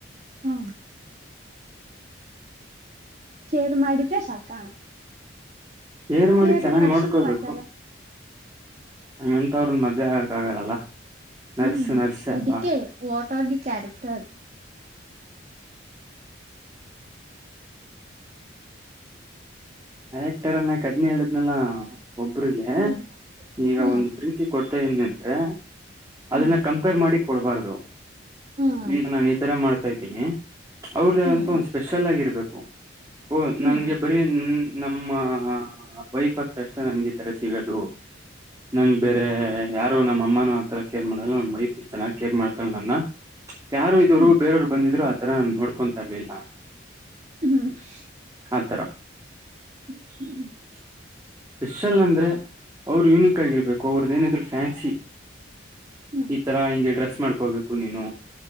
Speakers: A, on the right; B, on the right.
A: ಹಾ ಕೇರ್ ಮಾಡಿದ್ರೆ ಸಾಕಾ
B: ಕೇರ್ ರ್ಮಾಡಿ
A: ಕೇರು
B: ಚೆನ್ನಾಗ್
A: ನರ್ಸನು
B: ನೋಡ್ಕೋಬೇಕು
A: ಮಾಡ್ತಾರೆ
B: ಹಂಗ ಅಂತ ಅವ್ರನ ಮದ್ವೆ ಆಗಕ್ ಆಗಲ್ಲಲ್ಲ ನರ್ಸ್
A: ಹ್ಮ್
B: ನರ್ಸೇ
A: ಅದಕ್ಕೆ
B: ಅಲ್ವಾ
A: what all the character <inaudible>
B: actor ಅಣ್ಣಾಕ್ ಅದ್ನೇ ಹೇಳಿದ್ನಲ್ಲ ಒಬ್ಬರಿಗೆ
A: ಹ್ಮ್
B: ಈಗ
A: ಹ್ಮ್
B: ಒಂದು ಪ್ರೀತಿ ಕೊಡ್ತಾ ಇದನಿ ಅಂದ್ರೆ ಅದನ್ನ
A: ಹ್ಮ್
B: ಕಂಪೇರ್ ಮಾಡಿ ಕೊಡ್ಬಾರ್ದು
A: ಹ್ಮ್
B: ಈಗ ನಾನು ಈ ತರ ಮಾಡ್ತಾ ಇದ ತನಿ ಅವ್ರದ್ದಂತ
A: ಹ್ಮ್
B: ಒಂದು ಸ್ಪೆಷಲ್ ಆಗಿ ಇರ್ಬೇಕು ಓ
A: ಹ್ಮ್
B: ನನ್ಗೆ ಬರೀ ನಮ್ಮ ವೈಫ್ ಹತ್ರ ಅಷ್ಟೇ ನನಗೆ ಈ ತರ ಸಿಗೋದು ನಂಗ ಬೇರೆ
A: ಹ್ಮ್
B: ಯಾರು ನಮ್ಮ ಅಮ್ಮನ ಆತರ ಕೇರ್ ಮಾಡಲ್ಲ ನನ್ನ ವೈಫ್ ಇಷ್ಟು ಚೆನ್ನಾಗಿ ಕೇರ್ ಮಾಡ್ತಳ ನನ್ನ ಯಾರು ಇದ್ದೋರು
A: ಹ್ಮ್
B: ಬೇರವ್ರು ಬಂದಿದರು ತರ ನನ್ನ ನನ್ನೋಡ್ಕೊಂತರ್ಲಿಲ್ಲ ಹಾ
A: ಹ್ಮ್ ಹ್ಮ್
B: ಆ ತರ
A: <inaudible>
B: ಸ್ಪೆಷಲ್ ಅಂದ್ರೆ ಅವರು ಯುನಕ್ಗಿರ್ಬೇಕು ಅವದ ಏನಿದ್ರು ಫ್ಯಾನ್ಸಿ
A: ಹ್ಮ್
B: ಈ ತರಾ ಹಿಂಗೆ ಡ್ರೆಸ್ ಮಾಡ್ಕೋಬೇಕು ನೀನು